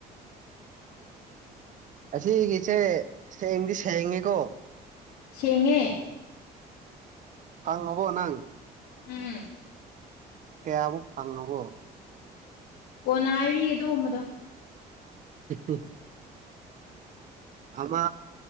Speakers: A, on the right; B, on the left.
A: ꯑꯁꯤꯒꯤꯆꯦ ꯁꯦꯡꯗꯤ ꯁꯦꯡꯉꯦꯀꯣ
B: ꯁꯦꯉꯦ
A: ꯊꯪ ꯍꯕꯣ ꯅꯪ
B: ꯎꯝ
A: ꯀꯌꯥꯕ ꯐꯪꯉꯕꯣ
B: ꯀꯣꯟꯅ ꯍꯥꯏꯕꯤ ꯑꯗꯨꯒꯨꯝꯕꯗꯣ
A: ꯎ ꯎ ꯑꯃꯥ